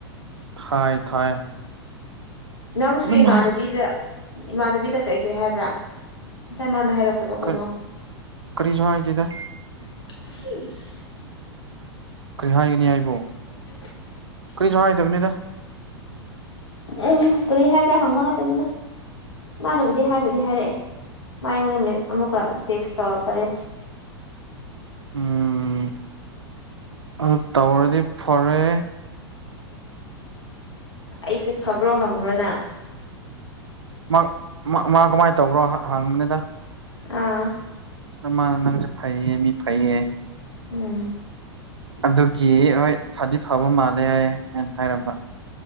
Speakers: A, on the right (about 80°); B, on the left (about 85°).
A: ꯊꯥꯏ ꯊꯥꯏ
B: ꯅꯪꯁꯨ
A: ꯑꯗꯨꯝ
B: ꯏꯃꯥꯟꯅꯕꯤꯗ
A: ꯍꯥ
B: ꯏꯃꯥꯟꯅꯕꯤꯗ ꯀꯩꯀꯩ ꯍꯥꯏꯕ꯭ꯔꯥ ꯉꯁꯥꯏ ꯃꯥꯅ ꯍꯥꯏꯔꯛꯄꯗꯣ ꯀꯩꯅꯣ
A: ꯀꯔꯤ ꯀꯔꯤꯁꯨ ꯍꯥꯏꯗ‌ꯦꯗ
B: <unintelligible>
A: ꯀꯔꯤ ꯍꯥꯏꯒꯅꯤ ꯑꯩꯕꯣ
B: <inaudible>
A: ꯀꯔꯤꯁꯨ ꯍꯥꯏꯗꯕꯅꯤꯗ
B: ꯎ ꯀꯔꯤ ꯍꯥꯏꯕꯔ ꯍꯪꯕ ꯒꯇꯅꯤꯗ ꯃꯥꯅꯕꯨꯗꯤ ꯍꯥꯏꯕꯨꯗꯤ ꯍꯥꯏꯔꯛꯑꯦ ꯃꯥ ꯑꯩꯉꯣꯟꯗ ꯃ‌ꯦ ꯑꯃꯨꯛꯀ ꯇ‍ꯦꯛꯁ ꯇꯧꯔꯛꯄꯅꯦ
A: ꯎꯝ ꯑ ꯇꯧꯔꯗꯤ ꯐꯔꯦ
B: ꯑꯩꯁꯦ ꯐꯕ꯭ꯔꯣ ꯍꯪꯕ꯭ꯔꯣꯅ
A: ꯃꯥ ꯃꯥ ꯀꯃꯥꯏꯅ ꯇꯧꯕ꯭ꯔꯣ ꯍꯪꯕꯅꯤꯗ
B: ꯑꯥ
A: ꯅ ꯃꯥꯅ ꯅꯪꯁꯦ ꯐꯩꯌꯦ ꯃꯤ ꯐꯩꯌꯦ
B: ꯎꯝ
A: ꯑꯗꯨꯒꯤ ꯍꯣꯏ ꯐꯗꯤ ꯐꯕ ꯃꯥꯜꯂꯦ ꯍꯥꯏꯌꯦ ꯑꯅ ꯍꯥꯏꯔꯝꯕ